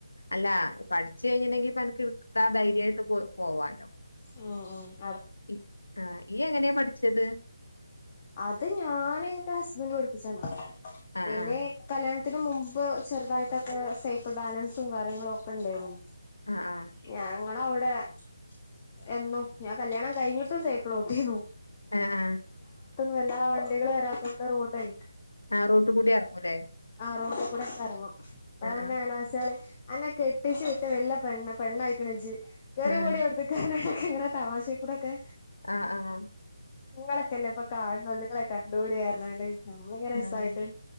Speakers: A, on the left (about 75°); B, on the left (about 30°).
A: അല്ലാ പഠി <inaudible> പഠിച് കഴിഞ്ണ്ടെങ്കി പ്പൊ അനക്ക് ഇടത്താ ധൈര്യയിട്ട് പോ പോവാല്ലോ.
B: <unintelligible>
A: <unintelligible> ആ ഇയ് എങ്ങനെ പഠിച്ചത്?
B: അത് ഞാന് എന്റെ ഹസ്ബന്റ് പടിപ്പിചെന്ന.
A: ആഹ്
B: പിന്നെ
A: ആഹ്
B: കല്യാ <inaudible> തിന് മുമ്പ് ചെറുതായിട്ടൊക്കെ സൈക്കിൾ ബാലൻസും, കാര്യങ്ങളും ഒക്കെ ഉണ്ടേയിന്നു.
A: ആഹ് ആഹ്
B: ഞങ്ങളവിടെ <unintelligible> എന്നും, ഞാൻ കല്യാണം കഴിഞ്ഞിട്ടും സൈക്കളോട്ടിന്നു.
A: എ ഏ
B: വെല്ലാവണ്ടികള് വരാത്തോണ്ട് റോഡേ
A: ആ റോട്ട് കൂടി എറങ്ങൂല്ലേ
B: ആ റോട്ടുകൂടൊക്കെ എറങ്ങും അയന്നെ
A: ആഹ്
B: അയൽവാസേളീം അന്നെ കെട്ടിച്ച് വിട്ട വെല്ല പെണ്ണ് പെണ്ണായിക്ക്ണ്ജ് കേറി
A: ആഹ്
B: പോടീ ഔത്ത്ക്ക് ന്ന് പറഞ്ഞാണ്ടൊക്കെങ്ങനെ തമാശ കൂടൊക്കെ
A: ആഹ് ആഹ്
B: നിങ്ങളൊക്കെല്ലേപ്പൊ കാണ്ളൊള്ളു ഇങ്ങളെ ആ കണ്ടൂടിറഞ്ഞാണ്ട് നമ്മളിങ്ങനെ
A: ആഹ്
B: രസായിട്ട്